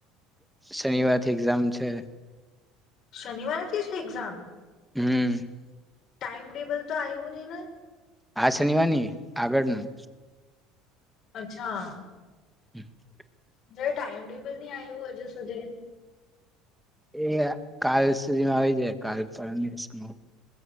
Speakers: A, in the centre; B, on the left.
A: શનિવાર થી એક્ઝામ છે.
B: શનિવાર છે. છે. એક્ઝામ
A: હમ <unintelligible>
B: ટાઈમટેબલ તો આવ આવ્યું નહીં
A: આ શનિવારની આગળ ના
B: અચ્છા.
A: હમ <unintelligible>
B: જે ટાઈમ ટેબલ ન આવ્યું હોય જ. સુધે <unintelligible>
A: એ કાલ સુધીમાં આવી જાય કાલ ત્રણ દિવસ ન